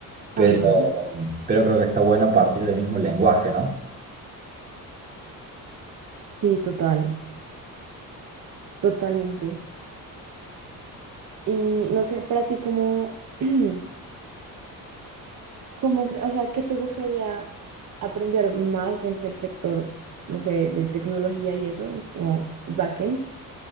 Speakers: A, on the right; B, on the right.
A: pero,
B: Ajá,
A: pero creo que está bueno partir del mismo lenguaje, ¿no?
B: sí, total, totalmente. Y no sé, para ti, ¿cómo, <clears throat> cómo se, o sea, qué te gustaría aprender más en el sector, no sé, de tecnología y eso, como backend?